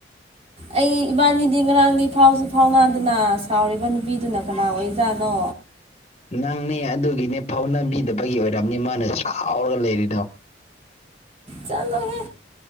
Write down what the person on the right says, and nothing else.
ꯑꯩ ꯏꯕꯥꯟꯅꯤꯗꯤ ꯉꯔꯥꯡꯗꯤ ꯐꯥꯎꯁꯨ ꯐꯥꯎꯅꯥꯗꯅ ꯁꯥꯎꯔꯤꯕ ꯅꯨꯄꯤꯗꯨꯅ ꯀꯅꯥ ꯑꯣꯏꯖꯥꯠꯅꯣ
ꯆꯠꯂꯣꯍꯦ